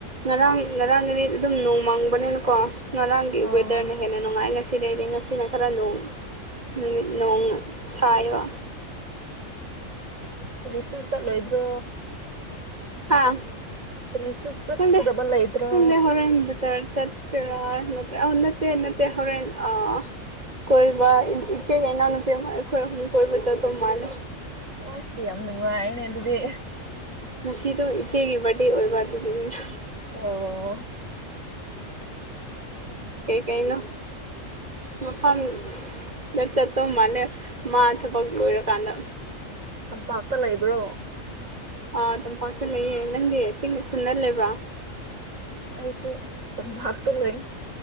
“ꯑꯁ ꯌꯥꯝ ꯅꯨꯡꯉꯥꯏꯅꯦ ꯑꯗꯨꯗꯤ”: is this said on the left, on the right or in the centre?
Right